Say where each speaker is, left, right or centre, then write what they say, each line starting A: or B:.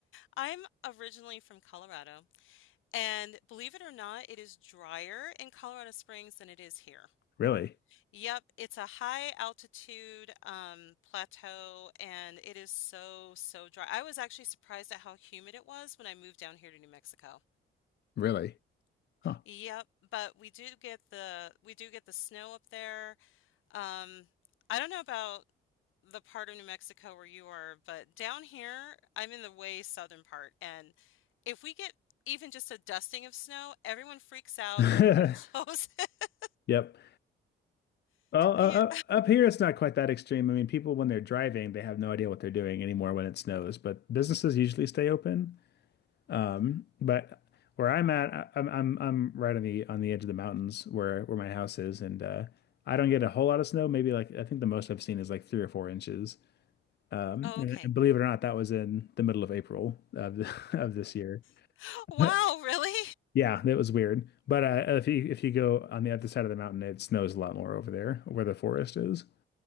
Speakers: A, on the left; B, on the left.
A: I'm originally from Colorado, and believe it or not, it is drier in Colorado Springs than it is here.
B: Really?
A: Yep, it's a high altitude um, plateau and it is so, so dry. I was actually surprised at how humid it was when I moved down here to New Mexico.
B: Really? Huh.
A: Yep, but we do get the we do get the snow up there. Um, I don't know about the part of New Mexico where you are, but down here, I'm in the way southern part, and if we get even just a dusting of snow, everyone freaks out,
B: <laughs>
A: everything closes. <laughs>
B: Yep. Well, uh, uh,
A: Yeah.
B: up here it's not quite that extreme. I mean, people when they're driving, they have no idea what they're doing anymore when it snows, but businesses usually stay open. Um, but where I'm at, I- I'm I'm I'm right on the on the edge of the mountains where where my house is, and uh, I don't get a whole lot of snow. Maybe like I think the most I've seen is like three or four inches. Um,
A: Oh,
B: and,
A: okay.
B: and believe it or not, that was in the middle of April of the, <laughs> of this year.
A: <gasps> Wow,
B: <laughs>
A: really?
B: Yeah, that was weird. But uh, if you if you go on the other side of the mountain, it snows a lot more over there where the forest is.